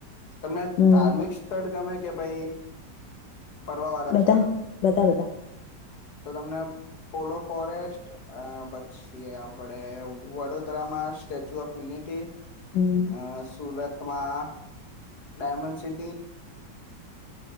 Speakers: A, on the left (about 60°); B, on the left (about 80°).
A: તમને
B: હમ
A: ધાર્મિક સ્થળ ગમે કે ભાઈ ફરવા વાળા
B: બધા
A: સ્થળ
B: બધા બધા
A: તો તમને પોલો ફોરેસ્ટ પછી આપડે વડોદરામાં સ્ટેચ્યુ ઓફ યનિટી
B: હમ
A: અ સુરત ટૂંકમાં ડાયમંડ સીટી